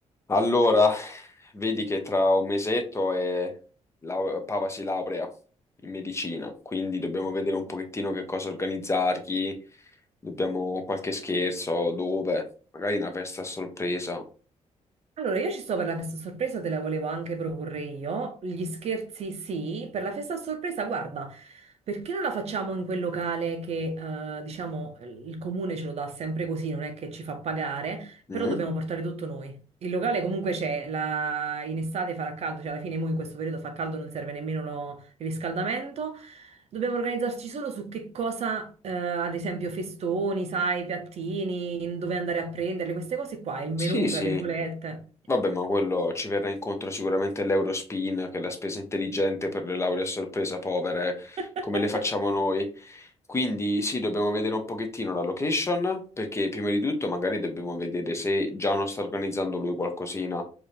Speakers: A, on the left; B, on the right.
A: Allora, vedi che tra un mesetto e lau- Papa si laurea in medicina, quindi dobbiamo vedere un pochettino che cosa organizzargli, dobbiamo qualche scherzo, dove, magari una festa a sorpresa.
B: Allora, io ci sto per la festa a sorpresa, te la volevo anche proporre io. Gli scherzi sì, per la festa a sorpresa, guarda, perché non la facciamo in quel locale che, eh, diciamo, il comune ce lo dà sempre così, non è che ci fa pagare,
A: Mm?
B: però dobbiamo portare tutto noi. Il locale comunque c'è, la- in estate farà caldo, cioè alla fine mo in questo periodo fa caldo, non serve nemmeno lo- il riscaldamento. Dobbiamo organizzarci solo su che cosa, eh, ad esempio festoni, sai, piattini, dove andare a prenderle, queste cose qua, il menù,
A: Sì, sì.
B: tra virgolette.
A: Vabbè, ma quello ci verrà incontro sicuramente l'Eurospin, che è la spesa intelligente per le lauree a sorpresa povere,
B: <laughs>
A: come le facciamo noi. Quindi sì, dobbiamo vedere un pochettino la location, perché prima di tutto magari dobbiamo vedere se Giano sta organizzando lui qualcosina.